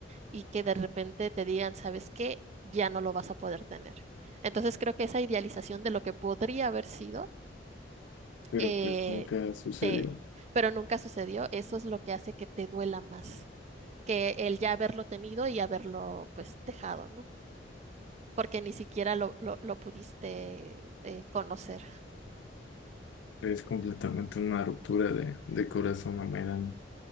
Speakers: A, on the right; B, on the left.
A: y que de repente te digan, ¿sabes qué? Ya no lo vas a poder tener. Entonces creo que esa idealización de lo que podría haber sido,
B: pero
A: eh,
B: pues nunca sucedió.
A: te, pero nunca sucedió, eso es lo que hace que te duela más que el ya haberlo tenido y haberlo pues dejado, ¿no? Porque ni siquiera lo, lo, lo pudiste eh, conocer.
B: Es completamente una ruptura de, de corazón a Mayrani.